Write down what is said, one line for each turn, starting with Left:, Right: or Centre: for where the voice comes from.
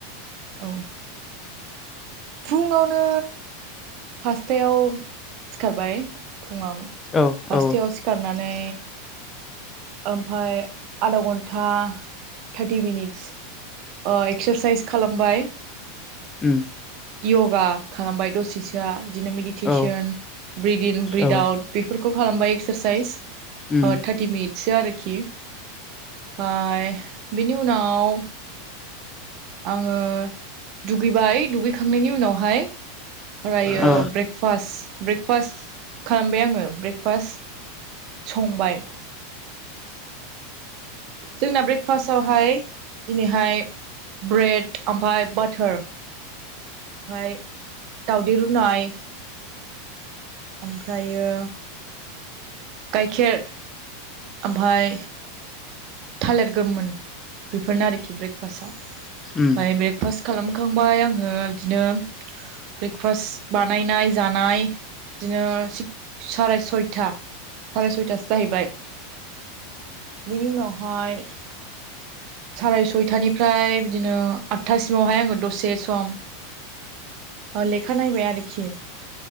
Right: औ फुङावनो फासथायाव सिखारबाय फुङाव
Left: औ
Right: फास्टायाव
Left: औ
Right: सिखारनानै ओमफ्राय आधा घन्टा थार्टि मिनिटस अ एक्सारसाइस खालामबाय
Left: उम
Right: य'गा खालामबाय दसेसोआ बिदिनो मेडिटेसन
Left: औ
Right: ब्रिदिन ब्रिद
Left: औ
Right: आउट बेफोरखौ खालामबाय एक्सारसाइस
Left: उम
Right: ओ थार्टि मिनिटसो आरोखि ओय बेनि उनाव आङो दुगैबाय दुगैखांनायनि उनावहाय फरायो
Left: औ
Right: ब्रेक फास्ट ब्रेकफास्ट खालामबाय आङो ब्रेकफास्ट संबाय। जोंना ब्रेकफास्टावहाय दिनैहाय ब्रेड ओमफ्राय बाटार ओमफाय दावदै रुनाय ओमफ्रायो गाइखेर ओमफाय थालिर गोमोन बेफोरनो आरोखि ब्रेकफास्टाव। ओमफाय
Left: उम
Right: ब्रेकफास्ट खालामखांबाय आङो इदिनो ब्रेकफास्ट बानायनाय जानाय इदिनो साराय सयथा साराय सयथासो जाहैबाय। बिनि उनावहाय साराय सयथानिफ्राय बिदिनो आठथासिमावहाय आङो दसे सम ओ लेखा नायबाय आरोखि